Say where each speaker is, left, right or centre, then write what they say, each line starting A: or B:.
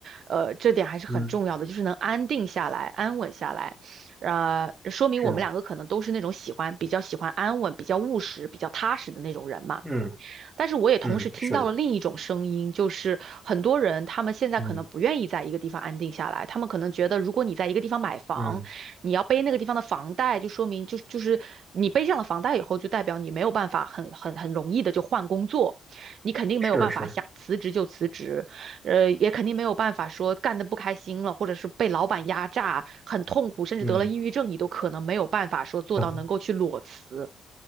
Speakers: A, on the right; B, on the right.
A: 呃，这点还是很重要的，
B: 嗯
A: 就是能安定下来、安稳下来。呃，说明我们两个可能都是那种喜欢比较喜欢安稳、
B: 是吗？
A: 比较务实、比较踏实的那种人嘛。
B: 嗯
A: 但是我也同时听到了另一种声音，
B: 嗯是，
A: 就是很多人他们现在可能不愿意在一个地方安定下来，
B: 嗯
A: 他们可能觉得如果你在一个地方买房，
B: 嗯
A: 你要背那个地方的房贷，就说明就是就是你背上了房贷以后，就代表你没有办法很很很容易的就换工作，你肯定没有办法想辞职就辞职，
B: 是是，
A: 呃，也肯定没有办法说干的不开心了，或者是被老板压榨，很痛苦，甚至得了抑郁症，
B: 嗯
A: 你都可能没有办法说做到能够去裸辞。
B: <laughs>